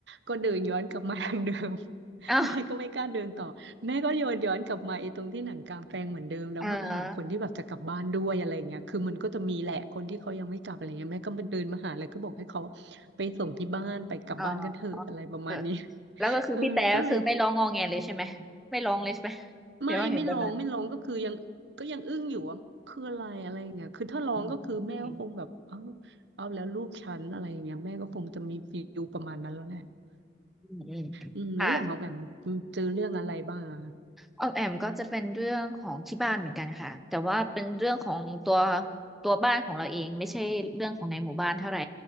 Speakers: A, on the right; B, in the centre.
A: ก็เดินย้อนกลับมาทางเดิม <laughs>
B: เอ้า
A: แม่ก็ไม่กล้าเดินต่อแม่ก็โยนย้อนกลับมาไอ้ตรงที่หนังกลางแปลงเหมือนเดิมแล้วมาหาคนที่แบบจะกลับบ้านด้วยอะไรเงี้ยคือมันก็จะมีแหละคนที่เขายังไม่กลับอะไรเงี้ยแม่ก็มาเดินมาหาเลยก็บอกให้เขา
B: เออ
A: ไปส่งที่บ้านไปกลับบ้านกันเถอะอะไรประมาณนี้
B: เออเออแล้วก็คือพี่แต่ก็คือไม่ร้องงอแงเลยใช่ไหมไม่ร้องเลยใช่ไหม
A: <laughs> เออก็เลย
B: เดี๋ยวว่าเห็นแบบนั้น
A: ไม่ไม่ร้องไม่ร้องก็คือยังก็ยังอึ้งอยู่ว่าคืออะไรอะไรอย่างเงี้ยคือถ้าร้องก็คือแม่ก็คงแบบเอา
B: อืมอืม
A: เอาแล้วลูกฉันอะไรอย่างเงี้ยแม่ก็คงจะมีฟีลประมาณนั้นแล้วแหละ
B: อืม
A: อืมแล้วอย่างของแอม
B: ค่ะ
A: เจอเรื่องอะไรบ้างอะ
B: ออมแอมก็จะเป็นเรื่องของที่บ้านเหมือนกันค่ะแต่ว่าเป็นเรื่องของตัวตัวบ้านของเราเองไม่ใช่เรื่องของในหมู่บ้านเท่าไหร่